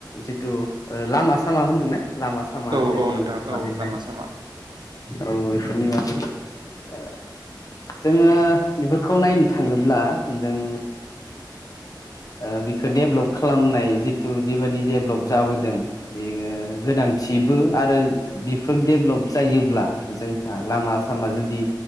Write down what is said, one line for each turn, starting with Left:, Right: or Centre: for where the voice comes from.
Left: जिथु ओ लामा सामा होनदोंना लामा सामा
Right: औ
Left: जिथु
Right: औ नोंथां औ
Left: बानायनाय
Right: लामा सामा
Left: औ बेफोरनि बागै ओ जोङो बेफोरखौ नायनो थाङोब्ला जों
Right: <unintelligible> <inaudible>
Left: ओ बिखौ डेभलप खालामनाय जिहेतु जिबादि डेभेलप जाबोदों बेयो गोनांथि बो आरो बेफोर डेभेलप जायोब्ला जोंहा लामा सामा जुदि